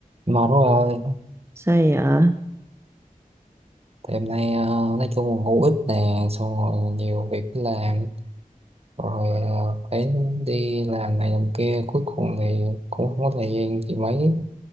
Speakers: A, on the right; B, on the right.
A: mệt quá rồi
B: Sao vậy ạ?
A: đêm nay ờ, nói chung là hữu ích nè xong rồi nhiều việc phải làm rồi ờ, phải đi làm này làm kia cuối cùng thì cũng không có thời gian thì mấy